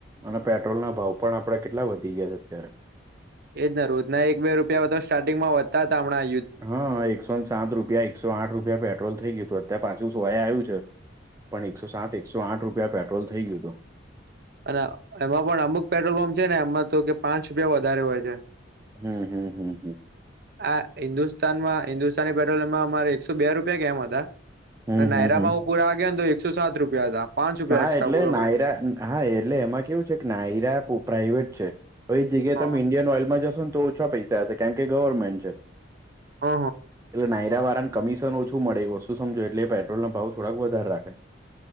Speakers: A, on the right; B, on the right.
A: અને પેટ્રોલના ભાવ પણ આપડે કેટલા વધી ગયા છે અત્યારે
B: એજ ના રોજના એક બે રૂપિયા તો સ્ટાર્ટિંગમાં આપણા
A: હા એકસોને સાત રૂપિયા એકસો આઠ રૂપિયા પેટ્રોલ થઈ ગયું હતું અત્યારે પાછું સોય આવ્યું છે. પણ એકસો સાત એકસો આઠ રૂપિયા પેટ્રોલ થઈ ગયું હતું.
B: અને એમાં પણ અમુક પેટ્રોલ પં્પ છે ને એમાં તો કે પાંચ રૂપિયા વધારે હોય છે.
A: હમ હમ હમ
B: આા હિન્દુસ્તાનમાં હિન્દુસ્તાની પે્રોલિયમમાં અમારે એકસો બે રૂપિયા કેમ હતા.
A: હમ
B: નાયરામાં
A: હમ હમ
B: હું પૂરા ગયાને તો એકસો સાત રૂપિયા હતા. પાંચ રૂપિયા
A: હા
B: એક્સ્ટ્રા
A: એટલે
B: બોલો
A: નાયરા
B: ભાઈ
A: હા એટલે એમાં કેવું છે કે નાયરા પ્રાાઈવેટ છે. હવે એ જગ્યાએ
B: હ હ
A: તમે ઈન્ડિયન ઓઇલમાં જશો ને તો ઓછા પૈસા હશે કેમ કે ગવર્મેન્ટ છે.
B: હ હ
A: એટલે નાયરા વાળાને કમિશન ઓછું મળે એ વસ્તુ સમજો એટલે પેટ્રોલ ના ભાવ થોડાક વધારે રાખે